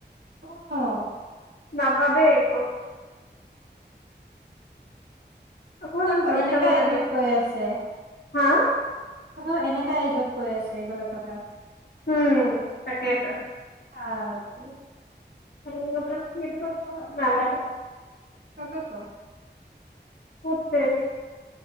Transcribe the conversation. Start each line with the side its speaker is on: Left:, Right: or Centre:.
Right: অ'।
Left: না ভাবে একো। অকমান
Right: তাকো
Left: ভাবি
Right: এনেকা
Left: চাব লাগে
Right: এজত কৈ আছে,
Left: হা
Right: তকো এনে এজত কৈ আছে এইবিলাক কথা।
Left: উম, তাকেইতো।
Right: আ কৌ
Left: <unintelligible>
Right: তাকেতো।
Left: কত্তৰি